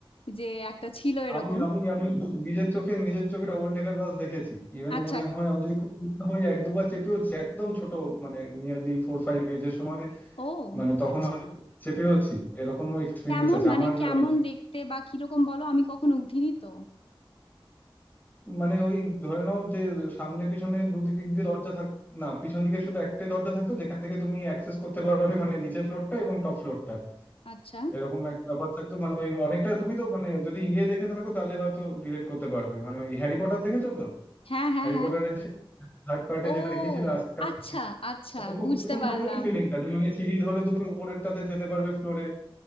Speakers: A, on the left; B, on the left.
A: যে একটা ছিল এরকম
B: আমি আমি আমি নিজের চোখে নিজের চোখে ডবল ডেকার বাস দেখেছি ইভেন
A: আচ্ছা
B: মনে হয় আমি যদি খুব ছোট হই এক দুবার চেপেওছি একদম ছোট মানে নিয়ারলি ফোর ফাইভ এজের সময়
A: ও
B: মানে তখন
A: আচ্ছা
B: আমি চেপেওছি এরকমও এক্সপিরিয়েন্স
A: কেমন
B: আছে
A: মানে
B: আমার
A: কেমন
B: আহ,
A: দেখতে বা কিরকম বলো আমি কখনো উঠিনি তো
B: মানে ওই ধরে নাও যে সামনে পিছনে দুদিক দিয়ে দরজা থাক না পিছন দিকে শুধু একটাই দরজা থাকতো যেখান থেকে তুমি অ্যাক্সেস করতে পারবে মানে নিচের ফ্লোরটা এবং টপ ফ্লোরটা
A: আচ্ছা
B: এরকম একটা ব্যাপার থাকতো মানে ওই অনেকটা তুমি তো মানে যদি ইয়ে দেখে থাকো তাহলে হয়তো রিলেট করতে পারবে মানে ওই হ্যারি পটার দেখেছো তো
A: হ্যাঁ হ্যাঁ
B: হ্যারি
A: হ্যাঁ
B: পটারের থার্ড পার্টে যেটা
A: ও
B: দেখেছিল আজকাল
A: আচ্ছা আচ্ছা
B: ওরকম
A: বুঝতে
B: ওরকম
A: পারলাম
B: ধরনেরই ফিলিংটা মানে সিঁড়ি ধরে তুমি উপরেরটাতে যেতে পারবে ফ্লোরে